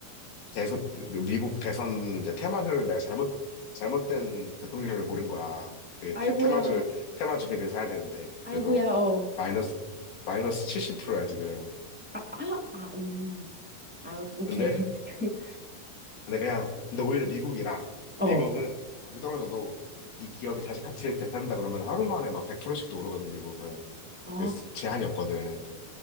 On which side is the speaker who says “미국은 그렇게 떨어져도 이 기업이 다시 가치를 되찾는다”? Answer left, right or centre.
Left